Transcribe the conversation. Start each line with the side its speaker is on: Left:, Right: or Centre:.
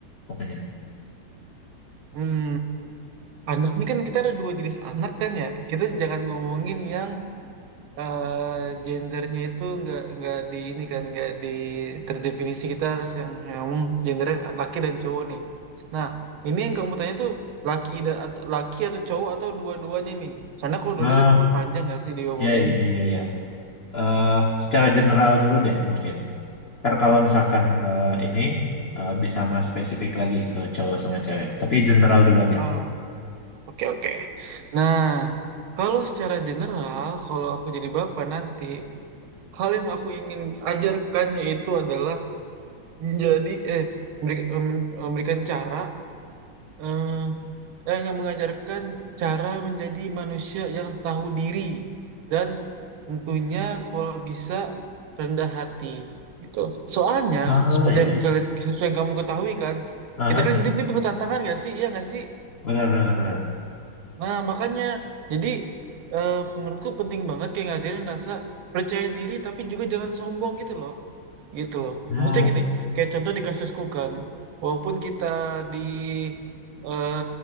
Left: pokoknya.
Right: hmm. Anak nih kan kita ada dua jenis anak kan ya. Kita jangan ngomongin yang eh, gendernya itu nggak nggak di ini kan nggak di terdefinisi. Kita harus yang yang ngomong gendernya laki dan cowok nih. Nah, ini yang kamu tanya tuh laki dan atau laki atau cowok atau dua-duanya nih. Karena kalau dua-duanya
Left: Nah,
Right: kan tentu panjang nggak sih diomongin.
Left: ya, ya, ya, ya. Eh, secara general dulu deh, mungkin. Ntar kalau misalkan eh, ini eh, bisa mas spesifik lagi ke cowok sama cewek. Tapi general dulu aja.
Right: Oh, oke oke. Nah, kalau secara general, kalau aku jadi bapak nanti, hal yang aku ingin ajarkan yaitu adalah menjadi eh memberi- mem- memberikan cara eh eh, nggak mengajarkan cara menjadi manusia yang tahu diri dan tentunya kalau bisa rendah hati gitu. Soalnya
Left: Ah,
Right: seperti
Left: ya,
Right: yang
Left: ya.
Right: kalian seperti yang kamu ketahui kan,
Left: Aha,
Right: kita kan hidup ini penuh tantangan nggak sih? Iya nggak sih?
Left: benar, benar, benar.
Right: Nah, makanya jadi eh, menurutku penting banget kayak ngajarin rasa percaya diri tapi juga jangan sombong gitu loh. Gitu loh.
Left: Hmm,
Right: Maksudnya gini, kayak contoh di kasusku kan, walaupun kita di eh,